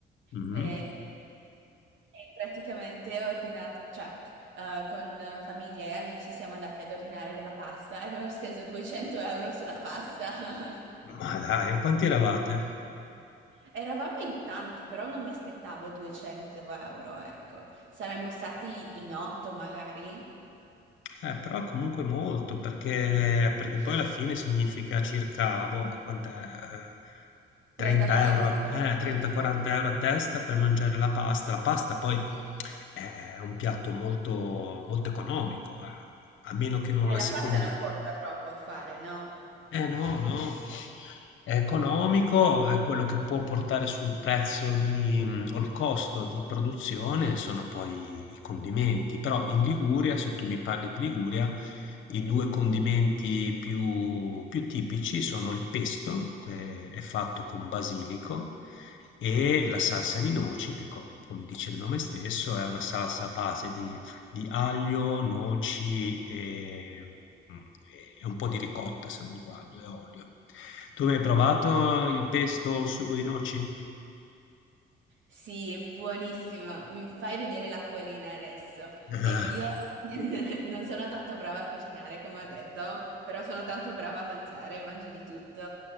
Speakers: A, on the left; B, on the right.
A: Mhm.
B: e E praticamente ho ordinato, cioè, eh, con eh, famiglia e amici siamo andati ad ordinare della pasta e abbiamo speso 200 euro sulla pasta. <laughs>
A: Ma dai, quanti eravate?
B: Eravamo in tanti, però non mi aspettavo 200 euro, ecco. Saremmo stati in otto magari,
A: Eh, però comunque molto, perché, perché poi alla fine significa circa, boh, quant'è, eh, 30
B: 30-40
A: euro,
B: euro
A: eh,
B: a persona.
A: 30-40
B: Sì.
A: euro a testa per mangiare la pasta. La pasta poi è un piatto molto, molto economico, eh, a meno che non
B: E
A: la
B: la
A: secondi,
B: pasta non costa troppo a fare, no?
A: eh no, no. È economico, è quello che può portare sul prezzo di, mh, o il costo di produzione sono poi i condimenti. Però in Liguria, se tu mi parli di Liguria, i due condimenti più, più tipici sono il pesto, che è fatto con basilico, e la salsa di noci, che co- come dice il nome stesso, è una salsa a base di di aglio, noci e, mm, e un po' di ricotta, se non sbaglio, e olio. Tu mi hai provato il pesto o il sugo di noci?
B: Sì, è buonissimo, mi fai venire l'acquolina adesso.
A: <laughs>
B: E io <laughs> non sono tanto brava a cucinare, come ho detto, però sono tanto brava a mangiare, mangio di tutto.